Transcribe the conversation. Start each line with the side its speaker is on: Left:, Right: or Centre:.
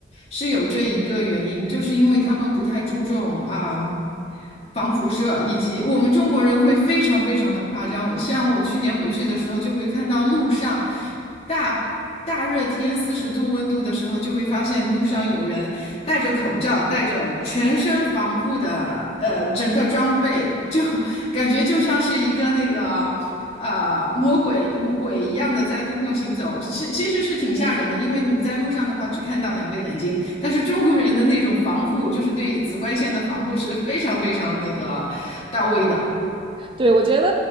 Left: 是有这一个原因，就是因为他们不太注重啊。防辐射，以及我们中国人会非常非常的夸张，像我去年回去的时候，就会看到路上大大热天四十度温度的时候，就会发现路上有人戴着口罩，戴着全身防护的呃整个装备，就 <laughs> 感觉就像是一个那个。啊、魔鬼鬼一样的在路上行走，其其实是挺吓人的，因为你在路上的话只看到两个眼睛，但是中国人的那种防护，就是对紫外线的防护是非常非常那个到位的。
Right: 对，我觉得